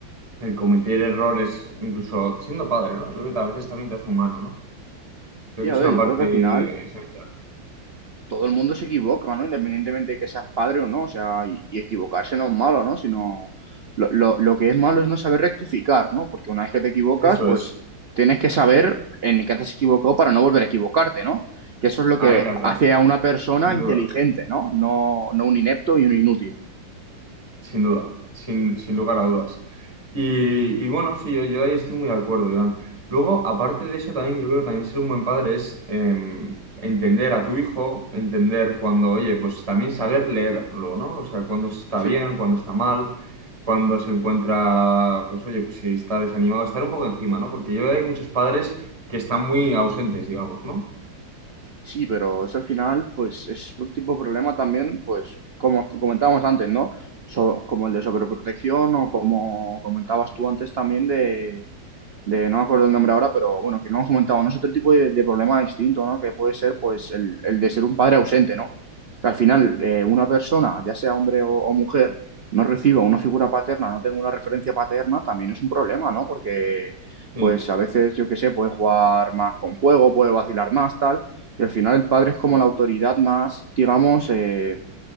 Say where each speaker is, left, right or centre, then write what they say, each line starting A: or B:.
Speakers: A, on the right; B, on the right.
A: el cometer errores, incluso siendo padre, ¿no? Creo que a veces también te hace humano, ¿no? Creo
B: sí,
A: que
B: a
A: es
B: ver,
A: una
B: yo
A: parte
B: creo que al final...
A: esencial.
B: todo el mundo se equivoca, ¿no? Independientemente de que seas padre o no, o sea, y, y equivocarse no es malo, ¿no? Sino lo, lo, lo que es malo es no saber rectificar, ¿no? Porque una vez que te equivocas,
A: Eso
B: pues
A: es,
B: tienes que saber en qué te has equivocado para no volver a equivocarte, ¿no? Que eso es lo
A: ahí
B: que
A: la has dado,
B: hace a una persona
A: sin
B: inteligente,
A: duda.
B: ¿no? No, no un inepto y un inútil.
A: Sin duda, sin, sin lugar a dudas. Y, y bueno, sí, yo, yo ahí estoy muy de acuerdo, Iván. Luego, aparte de eso, también yo creo que también ser un buen padre es em, entender a tu hijo, entender cuando, oye, pues también saber leerlo, ¿no? O sea, cuando está
B: Sí.
A: bien, cuando está mal, cuando se encuentra, pues oye, pues si está desanimado, estar un poco encima, ¿no? Porque yo veo que hay muchos padres que están muy ausentes, digamos, ¿no?
B: Sí, pero eso al final, pues es un tipo de problema también, pues como comentábamos antes, ¿no? So- como el de sobreprotección o como comentabas tú antes también de de, no me acuerdo el nombre ahora, pero bueno, que lo hemos comentado, ¿no? Es otro tipo de, de problema distinto, ¿no? Que puede ser, pues, el, el de ser un padre ausente, ¿no? Que al final eh, una persona, ya sea hombre o, o mujer, no reciba una figura paterna, no tenga una referencia paterna, también es un problema, ¿no? Porque,
A: Sí.
B: pues, a veces, yo qué sé, puede jugar más con fuego, puede vacilar más, tal, y al final el padre
A: Sí.
B: es como la autoridad más, digamos, eh,